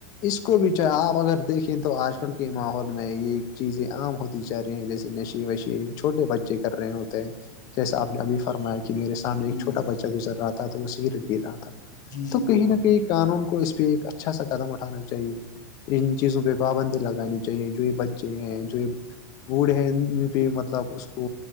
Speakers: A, on the left (about 40°); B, on the left (about 85°).
A: اس کو بھی چاہے آپ اگر دیکھیں تو آج کل کے ماحول میں یہ چیزیں عام ہوتی جا رہی ہیں جیسے نشے وشی چھوٹے بچے کر رہے ہوتے ہیں جیسا آپ نے ابھی فرمایا کہ میرے س ایک
B: جی
A: چھوٹا
B: جی
A: بچہ گزر رہا تھا تو وہ سگریٹ گر رہا تھا
B: جی
A: تو
B: جی
A: کہیں
B: بالکل
A: نہ کہیں قانون کو اس پہ ایک اچھا سا قدم اٹھانا چاہیے ان چیزوں پہ پابندی لگانی چاہیے جو یہ ب بچے ہیں جو بوھ ہیں ان پہ مطلب اس کو